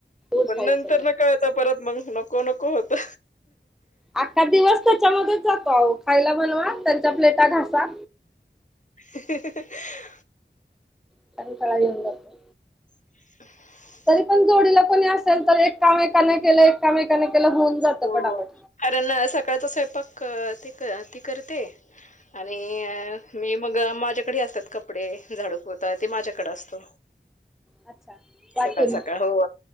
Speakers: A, in the centre; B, on the left (about 40°).
A: उठायचं
B: पण नंतर
A: नाही
B: न कळतं परत मंग नको नको होतं.
A: अख्खा दिवस त्याच्यामध्येच जातो आओ खायला बनवा त्यांच्या प्लेटा घासा.
B: <unintelligible>
A: <unintelligible>
B: <inaudible>
A: तरी पण जोडीला कोणी असेल, तर एक काम एकाने केलं एक काम एकाने केलं होऊन जातं
B: हो
A: पटापट.
B: कारण सकाळचं स्वयंपाक ते ती करते आणि अ मी मग माझ्याकडे हे असतात कपडे झाडूपोता ते माझ्याकडे असतं.
A: अच्छा वाटून
B: सकाळ सकाळ हो